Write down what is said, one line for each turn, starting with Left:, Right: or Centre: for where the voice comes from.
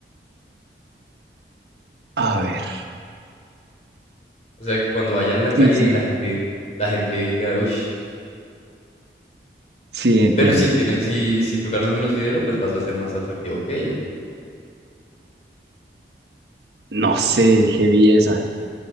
Right: A ver,
Left: O sea, que cuando vayan a la
Right: sí,
Left: calle
Right: sí,
Left: y la gente, la gente diga, uy,
Right: sí, entiendo.
Left: pero si, tienes, si, si tú ganas menos dinero, pues vas a ser más atractivo que ella.
Right: No
Left: Y
Right: sé, qué belleza.